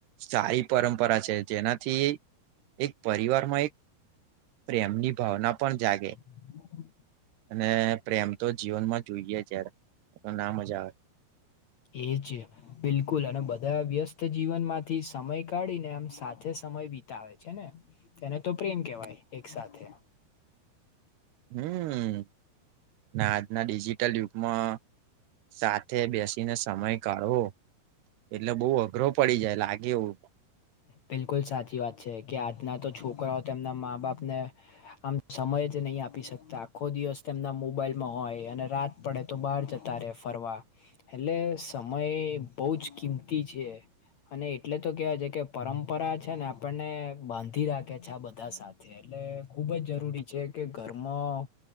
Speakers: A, on the right; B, on the left.
A: સારી પરંપરા છે. જેનાથી એક પરિવારમાં એક પ્રેમની ભાવના પણ જાગે.
B: <inaudible>
A: અને પ્રેમ તો જીવનમાં જોઈએ જ યાર. તો ના મજા આવે.
B: એ જ. બિલકુલ અને બધા વ્યસ્ત જીવનમાંથી સમય કાઢીને આમ સાથે સમય વિતાવે છેને. તેને તો પ્રેમ કહેવાય એક સાથે.
A: હમ્મ. ને આજના ડિજિટલ યુગમાં સાથે બેસીને સમય કાઢવો એટલે બહુ અઘરો પડી જાય, લાગે એવું.
B: બિલકુલ સાચી વાત છે કે આજના તો છોકરાઓ તેમના મા બાપને આમ સમય જ નહી આપી શકતા, આખો દિવસ તેમના મોબાઈલમાં હોય, અને રાત પડે તો બહાર જતા રે ફરવા. એટલે સમય બહુ જ કિંમતી છે, અને એટલે તો કેવાય છે કે પરંપરા છે ને આપણને બાંધી રાખે છે આ બધા સાથે. એટલે ખુબ જ જરૂરી છે કે ઘરમાં